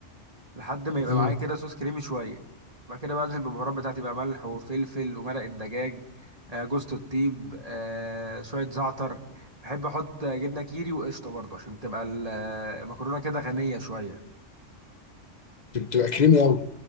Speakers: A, on the right; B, on the left.
A: لحد ما يبقى
B: مم.
A: معايا كده صوص كريمي شويه بعد كده بنزل بالبهارات بتاعتي بقى ملح وفلفل ومرق الدجاج آه، جوزة الطيب آه، شويه زعتر بحب احط جبنه كيري وقشطه برضه عشان تبقى ال- المكرونه كده غنيه شويه
B: بتبقى كريمي قوي